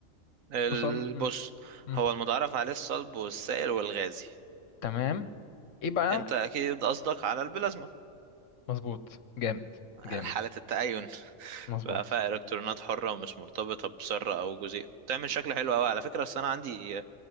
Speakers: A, on the right (about 80°); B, on the left (about 65°).
A: ال-
B: تصن م.
A: بص
B: م.
A: هو المتعارف عليه الصلب والسائل والغازي
B: تمام ايه بقى
A: انت اكيد قصدك على البلازما
B: مظبوط جامد
A: <laughs>
B: جامد
A: حالة التأين
B: مظبوط
A: بقى فيها الكترونات حرة ومش مرتبطة بذرة او جزيء بتعمل شكل حلو قوي على فكرة بس انا عندي